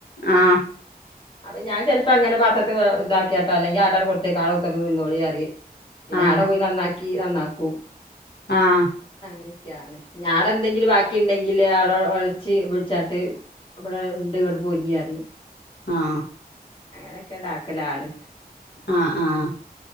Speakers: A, on the left; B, on the left.
A: <unintelligible>
B: ആഹ്
A: അപ്പൊ ഞാൻ ചെൽപ്പൊ അങ്ങനെ പത്രത്ത് വേ ഇതാക്കീ ട്ടോ അല്ലെങ്കിൽ ആട്ടാട കൊടുത്തേക്കാ തിന്നോളി പറയും, പിന്നെ
B: ആഹ്
A: ആട പോയി നന്നാക്കി നന്നാക്കൂ.
B: ആഹ്
A: അങ്ങനെയൊക്കെയാണ്. ഇഞ്ഞാടെന്തെങ്കിലും ബാക്കി ഇണ്ടെങ്കില് അവിടെ എളച്ചി വിളിച്ചാട്ട്... ഇവിടെ ഉണ്ട് ഇങ്ങെട്ട് പോരീ പറയും.
B: ആഹ്
A: അങ്ങനെയൊക്കെണ്ട് ആക്കലാണ്.
B: ആഹ് ആഹ്